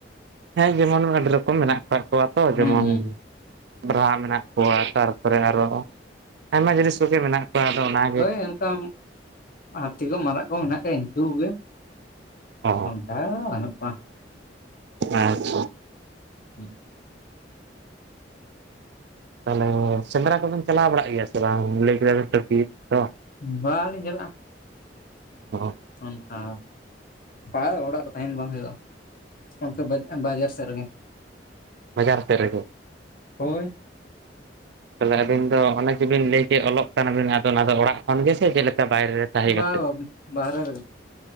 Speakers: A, on the right; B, on the left.
A: ᱦᱮᱸ ᱡᱮᱢᱚᱱ ᱟᱹᱰᱤ ᱨᱚᱠᱚᱢ ᱢᱮᱱᱟᱜ ᱠᱟᱜ ᱠᱚᱣᱟ ᱛᱚ ᱡᱮᱢᱚᱱ
B: ᱦᱮᱸ
A: ᱵᱨᱟᱦᱟ ᱢᱮᱱᱟᱜ ᱠᱚᱣᱟ ᱛᱟᱨᱯᱚᱨᱮ ᱟᱨᱚ ᱟᱭᱢᱟ ᱡᱤᱱᱤᱥ ᱠᱚᱜᱮ ᱢᱮᱱᱟᱜ ᱵᱟᱝ ᱟᱫᱚ ᱚᱱᱟ
B: ᱦᱳᱭ ᱚᱱᱠᱟ ᱦᱟᱹᱛᱤ ᱠᱚ ᱢᱟᱨᱟᱜ ᱠᱚ ᱢᱮᱱᱟᱜ ᱠᱚᱭᱟ ᱤᱱᱠᱩ ᱜᱮ᱾
A: ᱦᱚᱸ
B: ᱦᱮᱸ ᱵᱟᱱᱩᱜ ᱠᱚᱣᱟ᱾
A: ᱟᱪᱪᱷᱟ᱾
B: <inaudible>
A: ᱛᱟᱦᱞᱮ ᱥᱮᱸᱫᱽᱨᱟ ᱠᱚᱫᱚᱢ ᱪᱟᱞᱟᱣ ᱵᱟᱲᱟᱜ ᱜᱮᱭᱟ ᱥᱮ ᱵᱟᱝ? ᱞᱟᱹᱭ ᱠᱮᱫᱟ ᱵᱮᱱ ᱛᱚ ᱵᱤᱨ ᱫᱚ
B: ᱵᱟᱝᱞᱤᱧ ᱪᱟᱞᱟᱜᱼᱟ᱾
A: ᱚ
B: ᱚᱱᱠᱟ ᱯᱟᱨ ᱚᱲᱟᱜ ᱨᱮ ᱛᱟᱦᱮᱱ ᱵᱟᱝ ᱦᱩᱭᱩᱜᱼᱟ᱾ ᱚᱱᱛᱮ ᱵᱟᱡ ᱵᱟᱡᱟᱨ ᱥᱮᱫ ᱨᱮᱜᱮ᱾
A: ᱵᱟᱡᱟᱨ ᱥᱮᱫ ᱨᱮ ᱜᱮ,
B: ᱦᱳᱭ᱾
A: ᱛᱟᱦᱚᱞᱮ ᱟᱹᱵᱤᱱ ᱫᱚ ᱚᱱᱮ ᱡᱮ ᱵᱤᱱ ᱞᱟᱹᱭ ᱠᱮᱫ ᱚᱞᱚᱜ ᱠᱟᱱᱟᱵᱤᱱ, ᱟᱫᱚ ᱚᱱᱟ ᱫᱚ ᱚᱲᱟᱜ ᱠᱷᱚᱱ ᱜᱮ ᱥᱮ ᱪᱮᱫ ᱞᱮᱠᱟ ᱵᱟᱭᱨᱮ ᱛᱟᱦᱮᱸ
B: ᱵᱟ
A: ᱠᱟᱛᱮᱫ?
B: ᱵᱟ ᱵᱟᱦᱨᱮ ᱨᱮᱜᱮ᱾